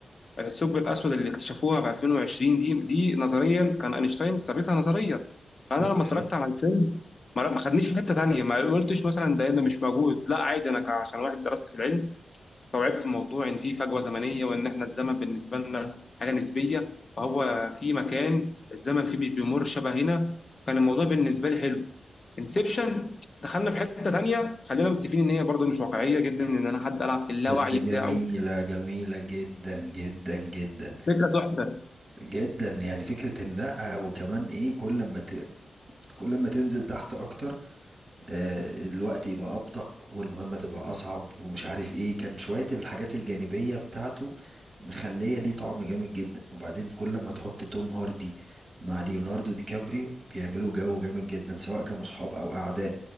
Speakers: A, on the left (about 35°); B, on the right (about 30°).
A: الثقب الأسود اللي اكتشفوها في 2020 دي دي نظريا كان أينشتاين ثابتها نظريا فأنا
B: اوكي
A: لما اتفرجت على الفيلم ما ما خدنيش في حتة تانية ما قلتش مثلا ده ده مش موجود لا عادي أنا ك- عشان واحد درست في العلم استوعبت موضوع إن في فجوة زمنية وإن إحنا الزمن بالنسبة لنا حاجة نسبية فهو في مكان الزمن فيه مش بيمر شبه هنا فكان الموضوع بالنسبة لي حلو انسبشن دخلنا في حتة تانية خلينا متفقين إن هي برضه مش واقعية جدا إن أنا حد ألعب في اللاوعي
B: بس جميلة
A: بتاعه
B: جميلة جدا جدا جدا
A: فكرة تحفة
B: جدا يعني فكرة النقع وكمان ايه كل ما ت... كل ما تنزل تحت اكتر آه الوقت يبقى ابطأ والمهمة تبقى اصعب ومش عارف ايه كان شوية الحاجات الجانبية بتاعته مخلية ليه طعم جامد جدا وبعدين كل ما تحط توم هاردي مع ليوناردو دي كابريو بيعملوا جو جامد جدا سواء كانوا صحاب او اعداء